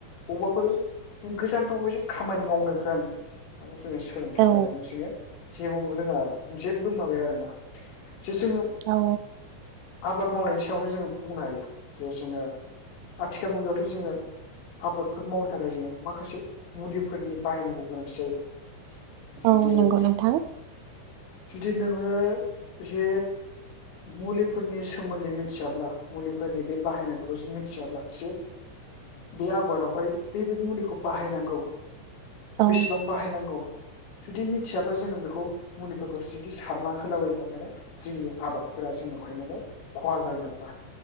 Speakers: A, on the left; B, on the right.
A: अबेबाफोरों गोजानफोराव ऐस खामानि मावनो होन ओ <unintelligible> जोङो सोलोंथाइ
B: औ
A: गैया लाबासिनो जेबबो रोङा, जेबबो माबाया आरो ना। जेसेनो
B: औ
A: आबाद मावनायनि सायावनो जोङो बुंनो हायो जे जोङो आथिखाल मुगायावथ' जोङो आबादफोर मावनो थाखाय जोङो माखासे मुलिफोर बाहायनांगौ गोनांथि जायो। जुदि
B: औ नंगौ नोंथां।
A: जुदि नोङो जे मुलिफोरनि सोमोन्दै मिथियाब्ला, मुलिफोरनि बे बाहायनायफोरखौ जुदि मिथियाब्ला जे बे आबादावहाय बै बे मुलिखौ बाहायनांगौ
B: औ
A: बेसेबां बाहायनांगौ जुदि मिथियाबा जोङो बेखौ मुलिफोरखौ जुदि सारना होलाबायबा माने जोंनि आबादफोरा जोंनावहाय माने खहा जागोन आरोना।